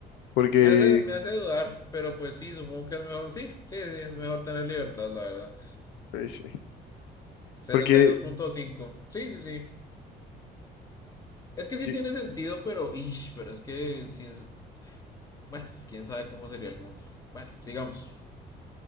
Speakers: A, on the left; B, on the left.
A: Porque,
B: me hace, me hace dudar, pero pues sí, supongo que es mejor. Sí, sí, sí, es mejor tener libertad, la verdad.
A: pues, sí,
B: sesenta
A: porque
B: y dos punto cinco Sí, sí, sí. Es que sí
A: yo,
B: tiene sentido, pero... ish, pero es que sí es... Bueno, quién sabe cómo sería el mundo. Bueno, sigamos.